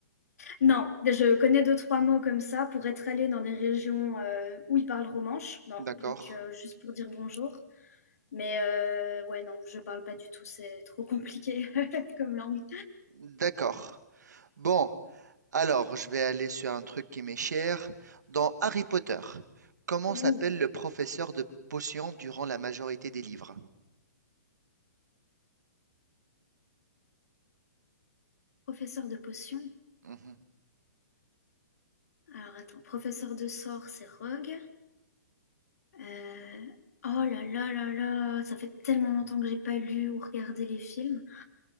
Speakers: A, on the left; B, on the right.
A: Non, je connais deux, trois mots comme ça pour être allée dans des régions euh, où ils parlent romanche. Non,
B: d'accord?
A: donc euh, juste pour dire bonjour. Mais euh, ouais, non, je parle pas du tout, c'est trop compliqué <laughs> comme langue.
B: D'accord. Bon, alors je vais aller sur un truc qui m'est cher. Dans Harry Potter, comment
A: Ouh,
B: s'appelle le professeur de potions durant la majorité des livres?
A: professeur de potions.
B: Mhm.
A: Alors attends, professeur de sort, c'est Rogue. Euh, Oh là là là là, ça fait tellement longtemps que j'ai pas lu ou regardé les films.